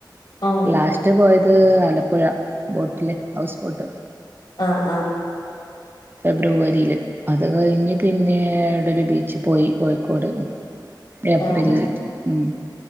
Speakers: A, on the left; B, on the right.
A: ഉം
B: ലാസ്റ്റ് പോയത് ആലപ്പുഴ ബോട്ടില് ഹൗസ് ബോട്ട്
A: അ അ
B: ഫെബ്രുവരിയില് അത് കഴിഞ്ഞ് പിന്നെഏ ഈടെ ഒരു ബീച്ചി പോയി കോഴിക്കോട് ഏപ്രിൽ
A: ആഹ്
B: ഉം